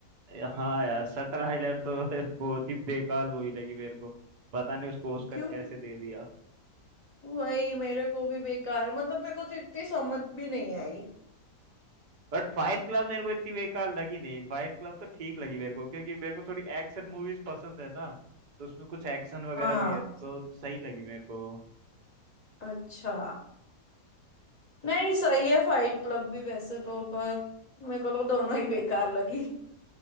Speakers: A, on the right; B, on the left.
A: ए, हाँ यार शटर आइलैंड तो <laughs> बहुत ही बेकार मूवी लगी मेरे को पता नहीं उसको ऑस्कर
B: क्यों
A: कैसे दे दिया
B: वही मेरे को भी बेकार मतलब मेरे को तो इतनी समझ भी नहीं आई
A: बट फाइट क्लब मेरे को इतनी बेकार लगी नहीं फाइट क्लब तो ठीक लगी मेरे को क्योंकि मेरे को थोड़ी एक्शन मूवीज पसंद है ना तो उसमें कुछ एक्शन वगैरह
B: हाँ
A: भी है तो सही लगी मेरे को
B: अच्छा नहीं सही है फाइट क्लब भी वैसे तो पर मेरे को तो दोनों ही बेकार लगी